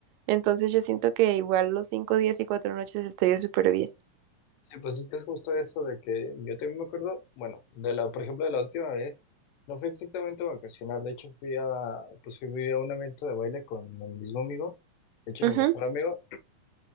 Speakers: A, on the right (about 85°); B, on the left (about 80°).
A: Entonces yo siento que igual los cinco días y cuatro noches estaría súper bien.
B: Sí, pues esto es justo eso de que yo también me acuerdo, bueno, de la, por ejemplo, de la última vez, no fue exactamente a vacacionar, de hecho fui a, pues fui a un evento de baile con el mismo amigo, de hecho
A: Ujú.
B: mi mejor amigo,